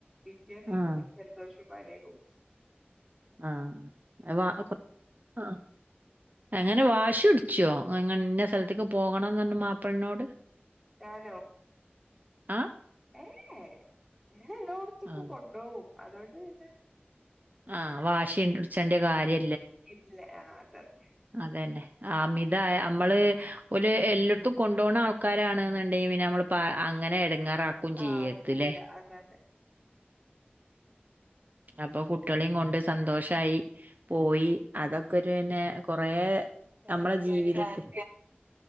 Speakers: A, in the centre; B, on the right.
A: പിറ്റേന്ന് ഇന്ക്
B: ആഹ്
A: പ ജൽദോഷം പന്യോക്കെ പുടിച്
B: ആഹ് അപ്പൊ ആ അങ്ങനെ വാശ്യുട്ച്ച്വോ ഇങ്ങ ഇന്ന സൽത്തിക്ക് പോകണന്നർഞ്ഞ് മാപ്പൾനോട്
A: ഞാനോ?
B: ആ
A: ഏ എന്ന എല്ലോടത്തക്കും
B: ആഹ്
A: കൊണ്ടോവും അതുകൊണ്ട് പിന്നെ
B: ആ വാശിന്റെച്ചന്റെ കാര്യ
A: കിട്ട്ലേ ആ അതാണ്.
B: അതെന്നെ അമിതായ അമ്മള് ഓല് എല്ലാടത്തും കൊണ്ടോണ ആൾക്കാരാണന്ന്ണ്ടെ ക്ക്‌ പിന്ന അമ്മള് പ അങ്ങനെ എടുങ്ങാറാക്കും
A: ആഹ്
B: ചെയ്യരുത്
A: ആക്കൂല
B: ലേ?
A: അതെ അതെ
B: അപ്പൊ കുട്ട്യാളെയും കൊണ്ട് സന്തോഷായി പോയി അതൊക്കൊരുന്നെ കൊറ
A: ഹാപ്പി
B: നമ്മളെ ജീവിതത്തിൽ
A: ആയി പോയി